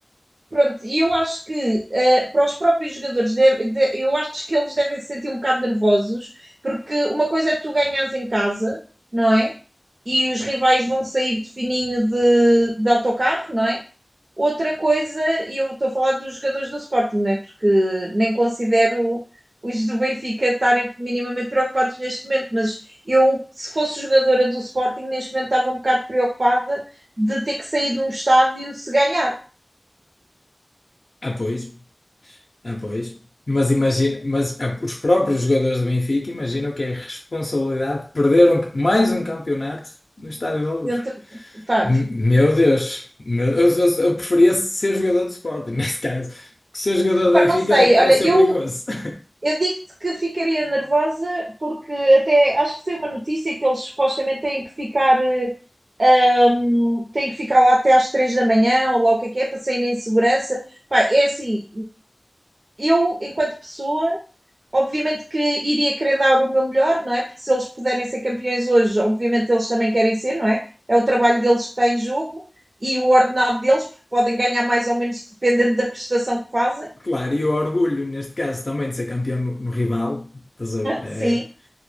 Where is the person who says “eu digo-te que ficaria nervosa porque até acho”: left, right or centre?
Right